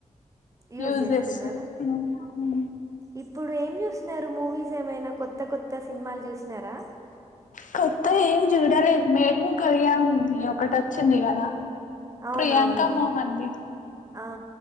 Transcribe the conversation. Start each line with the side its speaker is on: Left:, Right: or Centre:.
Right: యూజ్
Left: యూస్
Right: చేస్తున్నారా
Left: చేసు మ్ మ్
Right: ఇప్పుడు ఏం చూసినారు మూవీస్ ఏమైనా కొత్త కొత్త సినిమాలు చూసినారా
Left: కొత్త ఏం చూడాలేదు మేడిన్ కొరియా ఉంది ఒకటి వచ్చింది కదా
Right: అవునవును
Left: ప్రియాంక మోహంది
Right: ఆ,